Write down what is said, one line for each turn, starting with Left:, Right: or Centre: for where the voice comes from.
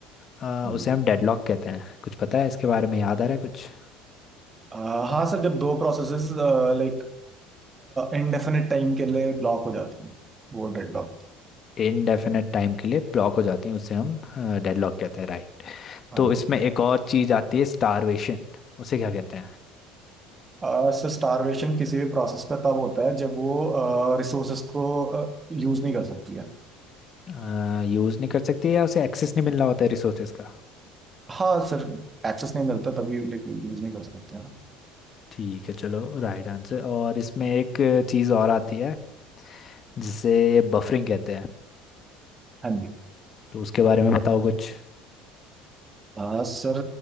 Left: अ,
Right: हम्म।
Left: उसे हम डेडलॉक कहते हैं कुछ पता है इसके बारे में याद आ रहा है कुछ
Right: आ, हाँ सर जब दो प्रोसेसेस लाइक इनडेफिनेट टाइम के लिए ब्लॉक हो जाती हैं वो डेडलॉक होता है
Left: इनडेफिनेट टाइम के लिए ब्लॉक हो जाती हैं उसे हम डेडलॉक कहते हैं राइट
Right: हाँ
Left: तो
Right: जी
Left: इसमें एक और चीज़ आती है स्टारवेशन उसे क्या कहते
Right: आ, सर स्टारवेशन किसी भी प्रोसेस पे तब होता है जब वो रिसोर्सेस को यूज नहीं कर सकती है
Left: हैं यूज़ नहीं कर सकती या उसे एक्सेस नहीं मिल रहा होता है रिसोर्सेज का
Right: हाँ सर एक्सेस नहीं मिलता तभी लाइक यूज नहीं कर सकते हैं
Left: ठीक है चलो राइट आंसर और इसमें एक चीज़ और आती है जिसे बफरिंग कहते हैं
Right: हाँ जी
Left: तो उसके बारे में बताओ कुछ
Right: आ, सर